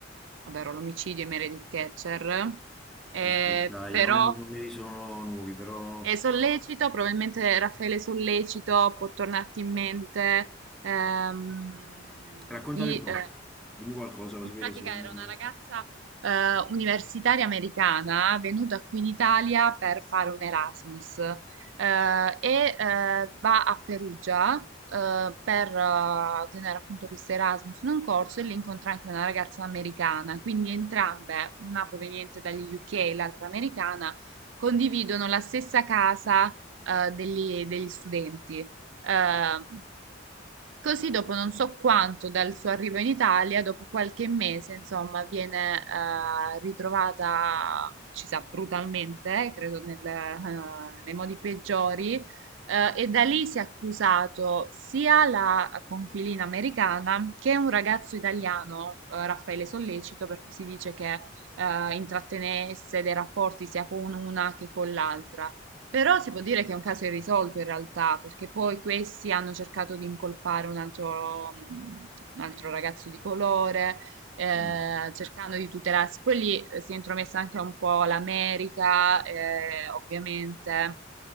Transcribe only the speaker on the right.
ovvero l'omicidio di Meredith Catcher. Eh,
però
è sollecito, probabilmente Raffaele Sollecito può tornarti in mente ehm,
di
eh,
in
pratica
era una ragazza eh, universitaria americana venuta qui in Italia per fare un Erasmus eh, e eh, va a Perugia eh, per eh, tenere appunto questo Erasmus in un corso e lì incontra anche una ragazza americana, quindi entrambe, una proveniente dagli UK e l'altra americana, condividono la stessa casa eh, degli, degli studenti. Ehm, Così dopo non so quanto dal suo arrivo in Italia, dopo qualche mese, insomma, viene eh, ritrovata, ci sa, brutalmente, eh, credo nel, eh, nei modi peggiori, eh, e da lì si è accusato sia la conquilina americana che un ragazzo italiano, eh, Raffaele Sollecito, per cui si dice che eh, intrattenesse dei rapporti sia con una che con l'altra. Però si può dire che è un caso irrisolto in realtà, perché poi questi hanno cercato di incolpare un altro, mh, un altro ragazzo di colore, eh,
cercando di tutelarsi. Poi lì eh, si è intromessa anche un po' l'America, eh, ovviamente.